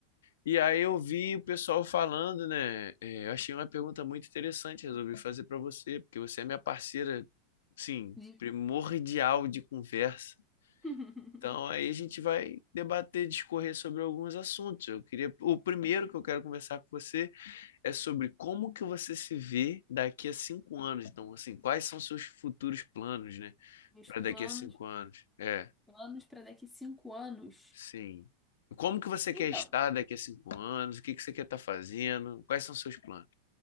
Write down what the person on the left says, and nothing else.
E aí eu vi o pessoal falando, né? é, eu achei uma pergunta muito interessante, resolvi fazer pra você, porque você é minha parceira, sim,
primordial de conversa.
Então aí a gente vai debater, discorrer sobre alguns assuntos. Eu queria, o primeiro que eu quero conversar com você é sobre como que você se vê daqui a cinco anos. Então, assim, quais são seus futuros planos, né?
Para
daqui a cinco anos. É.
Sim. Como que você
quer estar daqui a cinco anos? O que que você quer estar fazendo? Quais são seus planos?